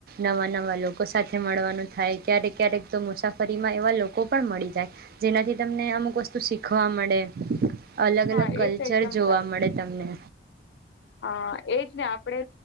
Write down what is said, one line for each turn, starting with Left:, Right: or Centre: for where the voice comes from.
Right: નવા નવા લોકો સાથે મળવાનું થાય ક્યારેક ક્યારેક તો મુસાફરીમાં એવા લોકો પણ મળી જાય જેનાથી તમને અમુક વસ્તુ શીખ શીખવા મળે. અલગ
Left: હા
Right: અલગ કલ્ચર
Left: એ તો એકદમ
Right: જોવા મળે તમને.
Left: હ એજ ને આપણે